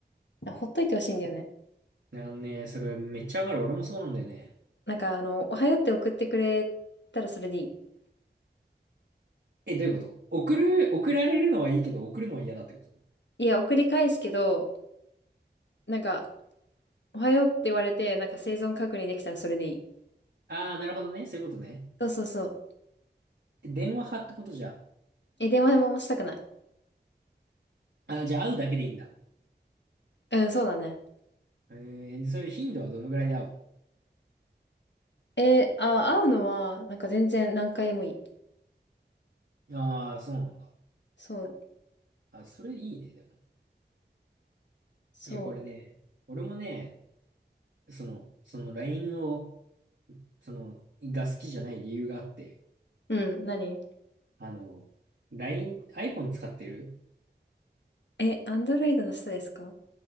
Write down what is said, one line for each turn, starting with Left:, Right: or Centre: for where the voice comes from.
Left: ほっといてほしいんだよね。
Right: なんね、それめっちゃ上がる。俺もそうなんだよね。
Left: なんかあの、おはようって送ってくれたらそれでいい。
Right: え、どういうこと送る、送られるのはいいけど、送るのは嫌だってこと
Left: いや、送り返すけど、なんか、おはようって言われて、なんか生存確認できたらそれでいい。
Right: ああ、なるほどね。そういうことね。
Left: そうそうそう。
Right: 電話派ってことじゃ。
Left: え、電話もしたくない。
Right: ああ、じゃあ会うだけでいいんだ。
Left: うん、そうだね。
Right: えー、でそれで頻度はどのぐらいで会う
Left: え、あ、会うのは、なんか全然何回でもいい。
Right: のああー、そうなんだ。
Left: そう、
Right: あ、それいいね、でも。
Left: そ
Right: いや、これね、俺もね、その、その LINE を、その、が好きじゃない理由があって、
Left: う。うん、何
Right: あの、LINE、iPhone 使ってる
Left: え、アンドロイドの人ですか